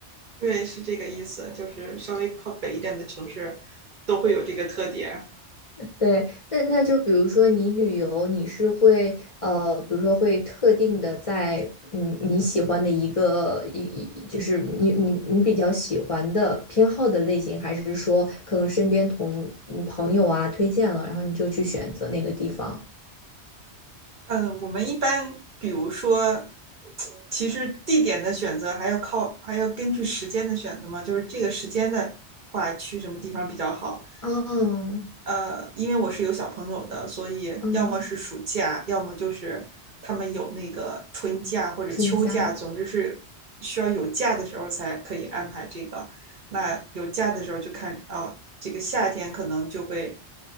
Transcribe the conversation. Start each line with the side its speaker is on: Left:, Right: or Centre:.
Right: 对，是这个意思，就是稍微靠北一点的城市都会有这个特点。
Left: 对，那那就比如说你旅游，你是会呃，比如说会特定的在嗯你喜欢的一个一一就是你你你比较喜欢的偏好的类型，还是说可能身边同嗯朋友啊推荐了，然后你就去选择那个地方？
Right: 嗯，我们一般比如说，其实地点的选择还要靠，还要根据时间的选择嘛，就是这个时间的话，去什么地方比较好。
Left: 啊
Right: 呃，因为我是有小朋友的，所以要么是暑假，
Left: 嗯，
Right: 要么就是他们有那个春假或者秋假，
Left: 春假的，
Right: 总之是需要有假的时候才可以安排这个。那有假的时候就看，哦，这个夏天可能就会，